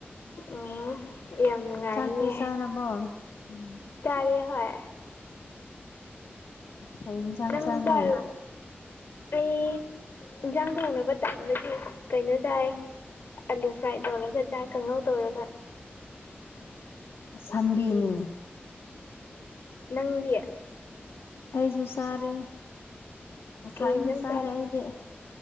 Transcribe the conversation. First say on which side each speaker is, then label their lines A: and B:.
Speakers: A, on the left; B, on the left.
A: ꯎꯝ ꯌꯥꯝ ꯅꯨꯡꯉꯥꯏꯅꯦ
B: ꯆꯥꯛꯇꯤ ꯆꯥꯔꯕꯣ ꯎꯝ
A: ꯆꯥꯔꯦ ꯍꯣꯏ
B: ꯀꯩ ꯏꯟꯁꯥꯡ
A: ꯅꯪꯅꯤꯗꯔ
B: ꯆꯥꯒꯦ
A: ꯑꯩ ꯏꯟꯁꯥꯡꯗ ꯎꯅꯕ ꯇꯝꯂꯒꯦ ꯀꯩꯅꯣ ꯆꯥꯏ ꯑꯂꯨ ꯐ꯭ꯔꯥꯏ ꯇꯧꯔꯒ ꯆꯥꯏ ꯀꯥꯡꯉꯧ ꯇꯧꯔꯒ
B: ꯁꯝꯕꯤꯅꯤꯅꯦ
A: ꯅꯪꯗꯤ
B: ꯑꯩꯁꯨ ꯆꯥꯔꯦ ꯉꯁꯥꯏ
A: ꯀꯩ
B: ꯑꯩꯅ
A: ꯏꯟꯖꯥꯡ
B: ꯆꯥꯔꯦ ꯑꯩꯗꯤ